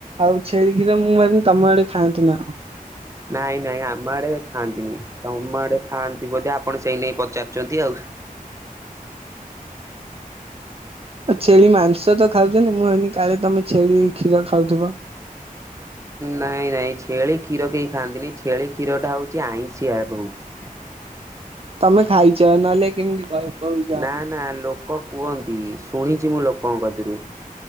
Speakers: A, on the right (about 40°); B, on the right (about 20°).
A: ଆଉ ଛେରି ଖିର ମୁଁ ଏି ତମ ଆଡେ ଖାଆନ୍ତି ନା କଣ।
B: ନାଇଁ ନାଇଁ ଆମ ଆଡେ ଖାଆନ୍ତିନି। ତମ ଆଡେ ଖାଆନ୍ତି ବୋଧ ଆପଣ ସେଇ ନେଇ ପଚାରୁଛନ୍ତି ଆଉ।
A: ଛେଳି ମାଂସ ତ ଖାଉଛନ୍ତି ମୁଁ ଭାବିଲି କାଲେ ତମେ ଛେଳି କ୍ଷୀର ଖାଉଥିବ।
B: ନାଇଁ ନାଇଁ ଛେଳି କ୍ଷୀର କେହି ଖାଆନ୍ତିନି ଛେଳି କ୍ଷୀର ଟା ହଉଛି ଆଇଁଷିଆ ବହୁତ। ହ
A: ତମେ ଖାଇଛ ନହେଲେ କେମିତି କ କହୁଛ
B: ନା ନା ଲୋକ କୁହନ୍ତି ଶୁଣିଛି ମୁଁ ଲୋକଙ୍କ କତିରୁ।